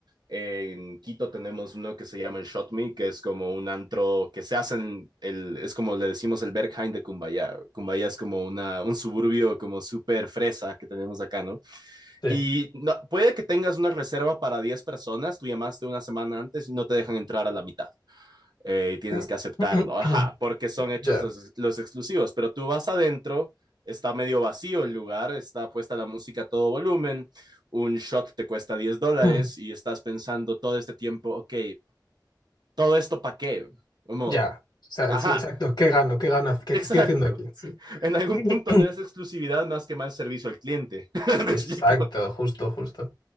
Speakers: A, on the right (about 65°); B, on the left (about 65°).
A: en Quito tenemos uno que se llama el Shot Me, que es como un antro que se hace en el, es como le decimos el Berghain de Cumbayá. Cumbayá es como una, un suburbio como súper fresa que tenemos acá, ¿no?
B: Sí.
A: Y no- puede que tengas una reserva para 10 personas, tú llamaste una semana antes y no te dejan entrar a la mitad. Eh, y tienes
B: Mm,
A: que aceptarlo, ajá,
B: <clears throat>
A: porque son hechos
B: Ya.
A: los, los exclusivos, pero tú vas adentro, está medio vacío el lugar, está puesta la música a todo volumen, un shot te cuesta diez dólares
B: Mm,
A: y estás pensando todo este tiempo, ok, todo esto para qué? Como,
B: Ya. O sea,
A: ajá,
B: sí, exacto. ¿Qué gano? ¿Qué gano? ¿Qué,
A: exacto.
B: qué estoy haciendo aquí? Sí.
A: En algún
B: <clears throat>
A: punto no es exclusividad más que mal servicio al cliente. <laughs> ¿Me
B: Exacto,
A: explico?
B: justo, justo.